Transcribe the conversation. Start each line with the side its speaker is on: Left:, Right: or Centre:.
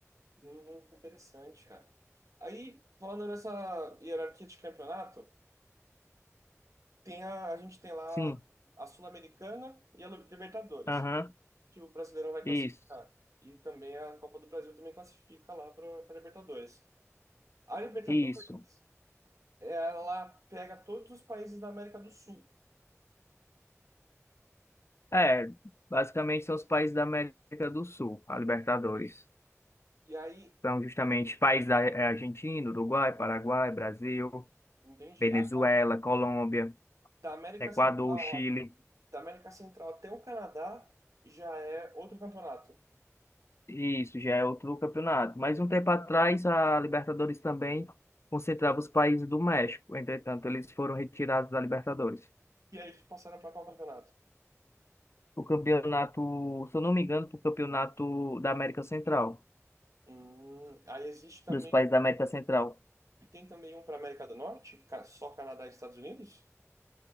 Right: Hum, interessante, cara. Aí, falando nessa hierarquia de campeonato, tem a, a gente tem lá
Left: Sim,
Right: a Sul-Americana e a Libertadores.
Left: aham,
Right: que o Brasileirão vai classificar.
Left: Isso,
Right: E também a Copa do Brasil também classifica lá para a Libertadores. A Libertadores,
Left: isso.
Right: ela pega todos os países da América do Sul.
Left: É,
Right: né?
Left: basicamente são os países da América do Sul, a Libertadores.
Right: E aí,
Left: São justamente países da é, Argentina, Uruguai, Paraguai, Brasil,
Right: entende?
Left: Venezuela,
Right: A-
Left: Colômbia,
Right: da América
Left: Equador,
Right: Central,
Left: Chile.
Right: ó, da América Central até o Canadá já é outro campeonato.
Left: Isso já é outro campeonato. Mas um tempo atrás, a Libertadores também concentrava os países do México. Entretanto, eles foram retirados da Libertadores.
Right: E aí eles passaram para qual campeonato?
Left: o campeonato, se eu não me engano, pro campeonato da América Central,
Right: Hum, aí existe também
Left: dos países
Right: um,
Left: da América Central.
Right: tem também um para América do Norte, ca- só Canadá e Estados Unidos?